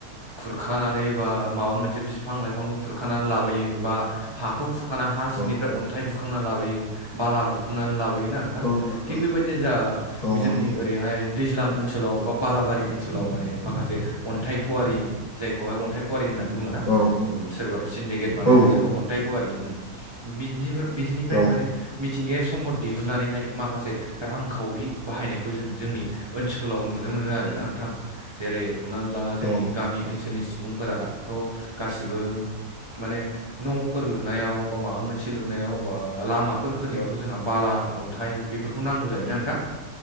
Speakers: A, on the right; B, on the left.
A: खुरखानानै बा माबा मोनसे बिफां लाइफांखौ खुरखानानै लाबोयो बा हाखौ खुरखाना हा
B: औ
A: सिंनिफ्राय अन्थाइ बुखांना लाबोयो बाला बुखांनानै लाबोयो ना?
B: औ नोंथां
A: थिग बेबायदिनो जा
B: औ
A: जोंनि
B: नंगौ
A: ओरैहाय दैज्लाम ओनसोलाव बा बालाबारि ओनसोलाव माने माखासे अन्थाइ ख'वारि जायखौहाय अन्थाइ खुवारि होननानै बुङो ना
B: औ
A: जेनेबा सोरबाथ' सिन्डिकेट बानायबाय
B: औ नंगौ
A: सोरबा अन्थाइ ख'वारि उम बिदि बिदिनिफ्रायनो
B: औ
A: माने बिदि थिंगायारि सम्पद दिहुननानैहाय माखासे रांखावरि बाहायनायखौ जों जोंनि ओनसोलाव नुनो मोनो आरो ना नोंथां? जेरै हमनानै ला जोंनि
B: औ
A: गामि ओनसोलनि सुबुंफोराथ' गासिबो माने न'फोर लुनायाव बा माबा मोनसे लुनायाव बा लामाफोर खोनायावथ' जोंहा बाला अन्थाइ बेफोरखौ नांगौ जायोना नोंथां